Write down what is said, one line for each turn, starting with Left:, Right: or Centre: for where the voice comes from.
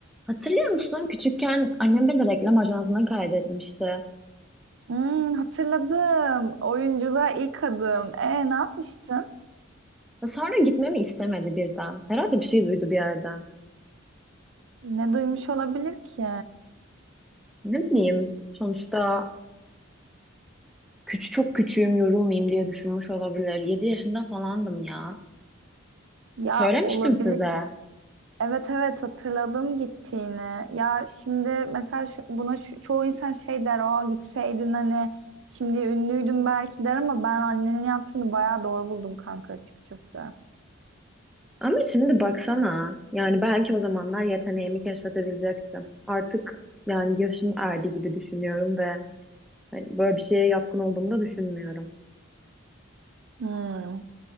Centre: Hatırlıyor musun? Küçükken annem beni reklam ajansına kaydetmişti.
Right: Hmm, hatırladım. Oyunculuğa ilk adım. E, ne yapmıştın?
Centre: Ve Sonra gitmemi istemedi birden. Herhalde bir şey duydu bir yerden.
Right: Ne duymuş olabilir ki?
Centre: Ne bileyim. Sonuçta küçük çok küçüğüm yorulmayayım diye düşünmüş olabilir. 7 yaşında falandım ya.
Right: Ya
Centre: Söylemiştim
Right: olabilir.
Centre: size.
Right: Evet evet hatırladım gittiğini. Ya şimdi mesela şu- buna şu- çoğu insan şey der. Aa gitseydin hani şimdi ünlüydün belki der ama ben annenin yaptığını bayağı doğru buldum kanka açıkçası.
Centre: Ama şimdi baksana. Yani belki o zamanlar yeteneğimi keşfedebilecektim. Artık yani yaşım erdi gibi düşünüyorum ve hani böyle bir şeye yatkın olduğumu da düşünmüyorum.
Right: Hmm.